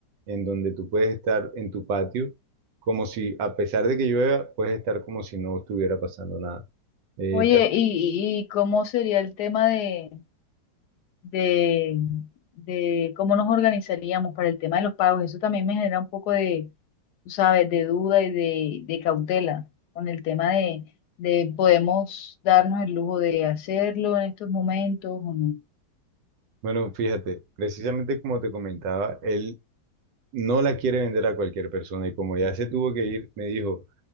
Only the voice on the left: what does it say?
Oye,
¿y, y y cómo sería el tema de... de, de cómo nos organizaríamos para el tema de los pagos. Eso también me genera un poco de, tú sabes, de duda y de, de cautela con el tema de, de podemos darnos el lujo de hacerlo en estos momentos o no.